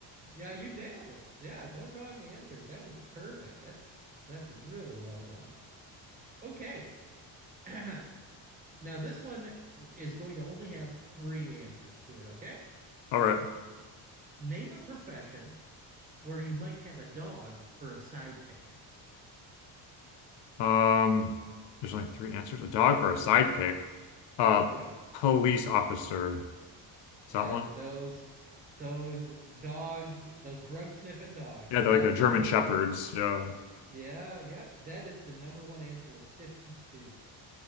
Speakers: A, on the right; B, on the left.
A: Yeah, you nailed it. Yeah, no wrong answers. That was perfect. That's that's really well done. Okay. <clears throat> Now this one is going to only have three answers to it, okay?
B: All right.
A: Name a profession where you might have a dog for a sidekick.
B: Um, there's only three answers. A dog for a sidekick. a
A: Yep.
B: police officer. Is
A: Yeah,
B: that one?
A: those those dogs, those drug sniffing dogs.
B: Yeah,
A: Absolutely.
B: they're like the German shepherds. Yeah.
A: Yeah, yep. That is the number one answer of 52.